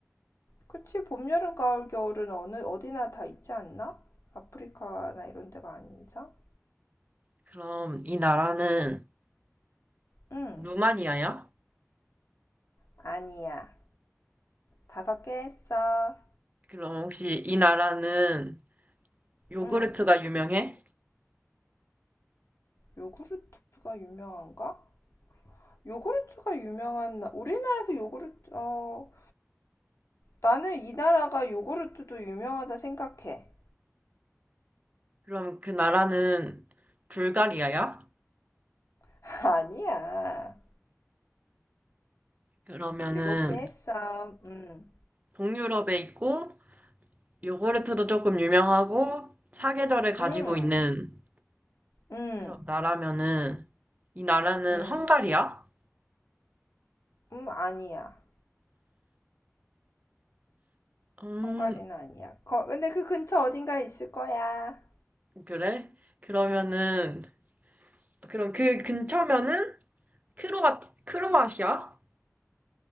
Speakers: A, on the left (about 70°); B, on the right (about 30°).
A: 그치, 봄, 여름, 가을, 겨울은 어느, 어디나 다 있지 않나? 아프리카나 이런 데가 아닌 이상?
B: 그럼 이 나라는
A: 응,
B: 루마니아야?
A: 아니야. 다섯 개 했어.
B: 그럼 혹시 이 나라는 요구르트가
A: 응,
B: 유명해?
A: 요구르트가 유명한가? 요구르트가 유명한, 나- 우리나라에서 요구르트, 어, 나는 이 나라가 요구르트도 유명하다 생각해.
B: 그럼 그 나라는 불가리아야?
A: <laughs> 아니야.
B: 그러면은
A: 일곱 개 했어. 응,
B: 동유럽에 있고 요구르트도 조금 유명하고 사계절을 가지고
A: 응,
B: 있는
A: 응,
B: 그런 나라면은 이 나라는
A: 응,
B: 헝가리야?
A: 응, 아니야.
B: 음,
A: 헝가리는 아니야. 거, 근데 그 근처 어딘가에 있을 거야.
B: 그래? 그러면은 그럼 그 근처면은 크로아 크로아시아?